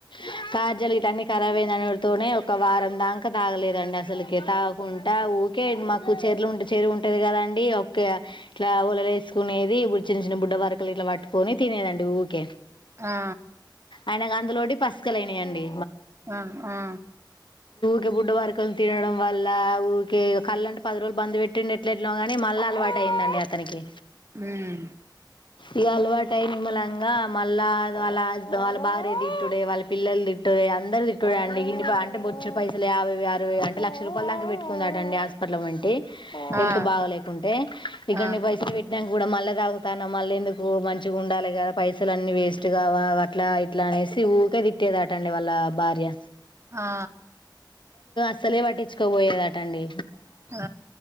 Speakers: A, on the left; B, on the right.
A: <inaudible> కార్జీలు గిట్ల అన్నీ ఖరాబ్ అయ్యిందంతోనే ఒక వారం దాకా తాగలేదండి అసలీకే తాగకుంటా ఊకే మాకు చెర్లు చెరువు ఉంటది కదాండి, ఒకే ఇట్లా వొలలు వేసుకునేది. ఇప్పుడు చిన్న చిన్న బుడ్డ వరకలు ఇట్లా పట్టుకొని తినేదండి ఊకే
B: ఆ
A: ఆయన కందులోటి పస్ అయినయాండి
B: ఆ ఆ....
A: గి బుడ్డు వరకలు తినడం వల్ల ఊకే కల్లు అంట పది రోజులు బంద్ పెట్టిండు ఎట్లఎట్లనో గానీ మళ్ల అలవాటు అయిందంట. తనకి
B: ఉమ్
A: ఇగా అలవాటై నిమ్మళంగా ఇగా మళ్ల వాళ హుస్సే వాళ్ల భార్య తిట్టుడే, వాళ్ల పిల్లలు తిట్టుడే, అందరు తిట్టుడే అండి ఇన్ని అంటే బొచ్చెడు పైసలు, యాభై ఆరవై అంటే లక్ష రూపాయల దాకా పెట్టుకుందాటండి హాస్పి.... అట్ల వంటి హెల్త్
B: ఆ
A: బాగలేకుంటే ఇగన్ని
B: ఆ
A: పైసలు పెట్టిన్నాక కూడా మళ్ల తాగుతాన్నవు. మళ్లీ ఎందుకు? మంచిగా ఉండాలే గా. పైసలు అన్నీ వెస్ట్ గావా, అట్ల ఇట్ల అనేసి ఊకే తిట్టేదాటండి వాళ్ల భార్య
B: ఆ
A: అసలే వట్టించుకోవోయేదాటండి.
B: ఆ